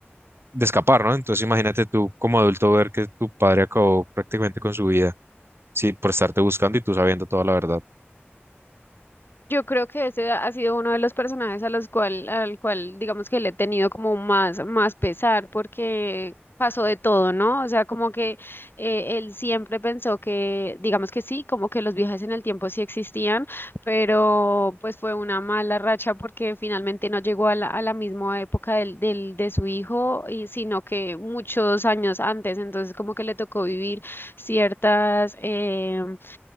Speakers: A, on the right; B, on the left.
A: de escapar, ¿no? Entonces imagínate tú como adulto ver que tu padre acabó prácticamente con su vida, sí, por estarte buscando y tú sabiendo toda la verdad.
B: Yo creo que ese ha sido uno de los personajes a los cual, al cual, digamos que le he tenido como más, más pesar porque pasó de todo, ¿no? O sea, como que eh, él siempre pensó que, digamos que sí, como que los viajes en el tiempo sí existían, pero pues fue una mala racha porque finalmente no llegó a la, a la misma época del, del, de su hijo, y, sino que muchos años antes, entonces como que le tocó vivir ciertas em,